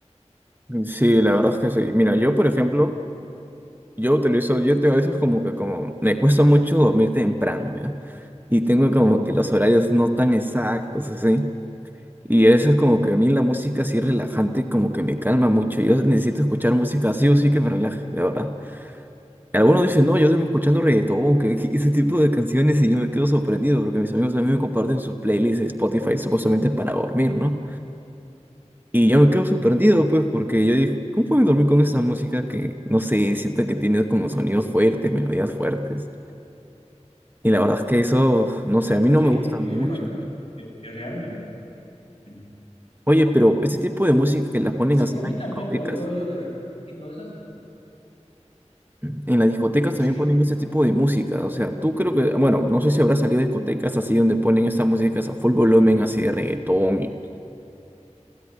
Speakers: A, on the right; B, on the left.
A: Sí, la verdad es que sí. Mira, yo, por ejemplo, yo utilizo, yo tengo a veces como que como, me cuesta mucho dormir temprano, ¿ya? Y tengo como que los horarios no tan exactos, así. Y eso es como que a mí la música así relajante como que me calma mucho. Yo necesito escuchar música así o sí que me relaje, la verdad. Algunos dicen, no, yo duermo escuchando reggaetón, que <laughs> que ese tipo de canciones y yo me quedo sorprendido porque mis amigos a mí me comparten sus playlists de Spotify supuestamente para dormir, ¿no? Y yo me quedo sorprendido, pues, porque yo dije, ¿cómo puedo dormir con esa música que, no sé, siento que tiene como sonidos fuertes, melodías fuertes? Y la verdad es que eso, no sé, a mí no
B: Sí,
A: me gusta
B: que
A: mucho.
B: yo me imagino
A: ¿no?
B: que perreando en español.
A: Oye, pero este tipo de música que las ponen
B: Sí,
A: así
B: a
A: en
B: mí
A: las
B: tampoco,
A: discotecas,
B: yo, yo de re- y todas esas no.
A: en las discotecas
B: Sí,
A: también ponen este tipo de música. O sea, tú creo que, bueno, no sé si habrá salido de discotecas así donde ponen estas músicas a full volumen, así de reggaetón y...